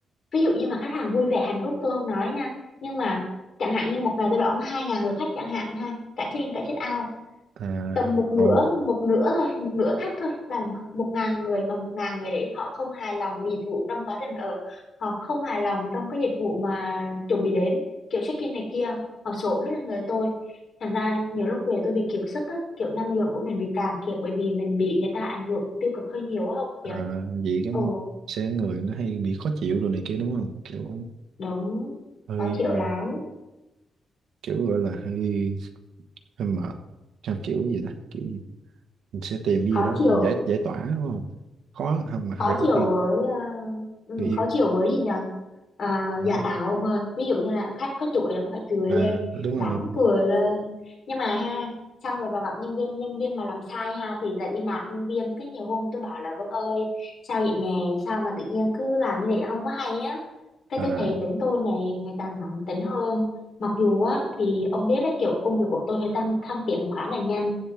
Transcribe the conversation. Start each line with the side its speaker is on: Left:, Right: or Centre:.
Left: ví dụ như mà khách hàng vui vẻ hạnh phúc tôi không nói nha nhưng mà chẳng hạn như một ngày tôi đón hai ngàn lượt khách chẳng hạn ha cả trên cả trên out
Right: à
Left: tầm một nửa
Right: ồ
Left: một nửa thôi một nửa khách thôi là một ngàn người mà một ngàn người đấy họ không hài lòng với dịch vụ trong quá trình ở họ không hài lòng trong cái dịch vụ mà chuẩn bị đến kiểu check in này kia họ sổ hết là người tôi thành ra nhiều lúc về tôi bị kiệt sức á kiểu năng lượng của mình bị cạn kiệt bởi vì mình bị người ta ảnh hưởng tiêu cực hơi nhiều á không
Right: à,
Left: kìa
Right: vậy cái
Left: ồ
Right: sẽ người nó hay bị khó chịu đồ này kia đúng không kiểu
Left: đúng
Right: hơi
Left: khó chịu lắm
Right: kiểu gọi là hơi hơi mệt trong kiểu gì đó kiểu mình sẽ tìm cái
Left: khó
Right: gì đó
Left: chịu
Right: để mình giải giải tỏa đúng không khó không mà
Left: khó
Right: thật ra
Left: chịu
Right: có khi
Left: với ờ, ừ,
Right: người yêu
Left: khó chịu với gì nhỉ Ờ,
Right: đó.
Left: giả tạo ông ơi ví dụ như là khách có chuỗi là cũng phải cười
Right: à
Left: lên
Right: đúng
Left: ráng
Right: rồi
Left: cười lên nhưng mà ha xong rồi vào gặp nhân viên nhân viên mà làm sai ha thì lại đi nạt nhân viên cái nhiều hôm tôi bảo là Vân ơi sao vậy nè sao mà tự nhiên cứ làm như vậy không có hay á cái
Right: à
Left: tôi thấy tính tôi ngày ngày càng nóng tính hơn mặc dù á thì ông biết đấy kiểu công việc của tôi hơi tăng thăng tiến cũng khá là nhanh